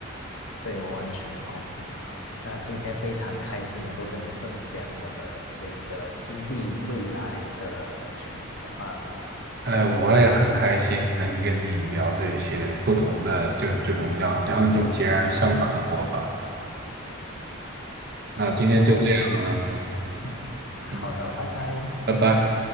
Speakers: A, on the left (about 75°); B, on the right (about 50°).
A: 对，我完全同意。那今天非常开心能够跟你分享我的这一个经历未来的前景的发展。
B: 哎，我也很开心能跟你聊这些不同的，就这种两两种截然相反的活法。那今天就这样了，
A: 好啊，那嗯，好的，
B: 嗯，
A: 拜拜。
B: 拜拜。